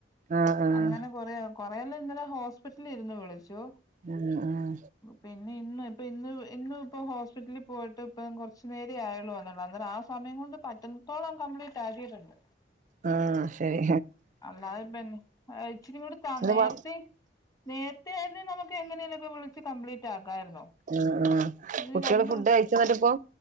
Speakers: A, on the right; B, on the left.
A: ആഹ് ആഹ്
B: അങ്ങനെ കൊറ കൊറെേല്ലാം ഇന്നലെ ഹോസ്പിറ്റലിൽ ഇരുന്ന് വിളിച്ചു
A: ഉം ഉം
B: പിന്നെ ഇന്ന് ഇപ്പ ഇന്ന് ഇന്ന് ഇപ്പ ഹോസ്പിറ്റലിൽ പോയിട്ട് ഇപ്പം കുറച്ചു നേരേ ആയുള്ളൂ ഞാൻ കുറച്ചുനേരം ആയുള്ളൂ വന്നിട്ട് അന്നേരം ആ സമയം കൊണ്ട് പറ്റണത്തോളം കംപ്ലീറ്റ് ആക്കിയിട്ടുണ്ട്
A: ആഹ് ശരി
B: അല്ലാതെ പിന്നെ ഇച്ചരി കൂടിതാ
A: ഇത്
B: നേരത്തെ
A: വ
B: നേരത്തെ ആയിന്നേ നമുക്കെ എങ്ങനെലൊക്കെ വിളച്ച് കംപ്ലീറ്റ് റ്റക്കായിരുന്നു
A: ഉം ഉം
B: ഇത്
A: കുട്ടികള്
B: രണ്ടു
A: ഫുഡ്
B: ദിവസ
A: കഴിച്ചോ എന്നിട്ടിപ്പോ